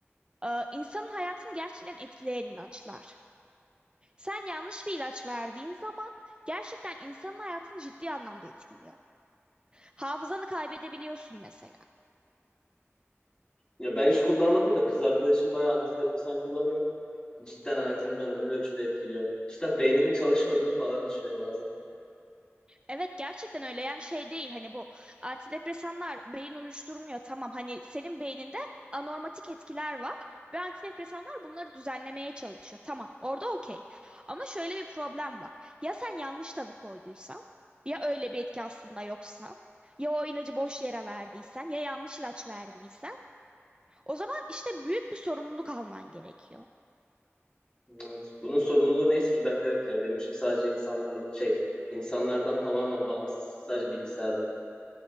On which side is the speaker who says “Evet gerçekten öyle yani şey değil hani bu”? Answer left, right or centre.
Right